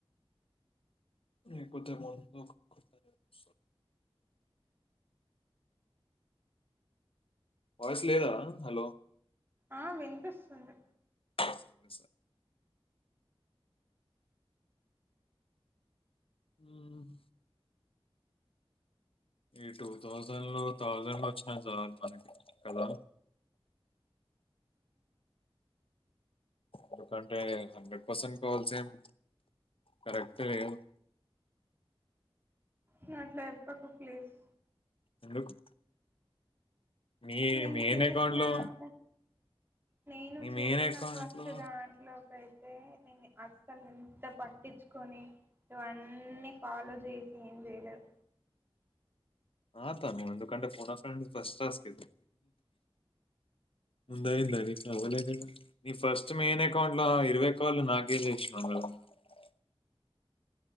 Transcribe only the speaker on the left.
నీక్ కొంచెం <unintelligible> వాయ్స్ లేదా హలొ
<unintelligible> ఊమ్. ఈ టూథౌజండ్ లో థౌజండ్ ఒచ్చిన జాల్ మనకి కద. ఎందుకంటే హండ్రెడ్ పర్సెంట్ కాల్సేమ్ కరెక్ట్గ ఏం
ఎందుకు. నీ
మెయిన్
అకౌంట్ లో
నీ
మెయిన్ అకౌంట్
లో
ఆ తను ఎందుకంటె ఫోటాస్ నుండి ఫస్టాస్కిది. ముందైదు <unintelligible> లేకుండ ని ఫస్ట్ మెయ్నకౌంట్ ల ఇరవై కాల్లు నాకే జేశ్నవ్. <unintelligible>